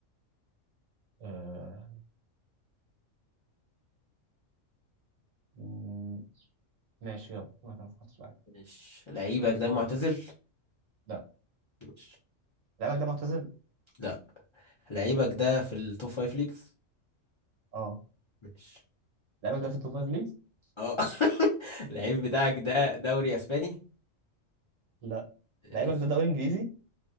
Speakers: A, on the right; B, on the left.
A: آه... مم، ماشي يلا ما كان فكرت في لعيب
B: ماشي لعيبك ده معتزل
A: لا
B: ماشي
A: لعيبك ده معتزل
B: لا لعيبك
A: ماشي.
B: ده في التوب فايف ليجز
A: اه
B: ماشي
A: لعيبك ده في التوب فايف ليج
B: اه <laughs> اللعيب بتاعك ده دوري اسباني
A: لا
B: ماشي
A: لعيبك ده دوري انجليزي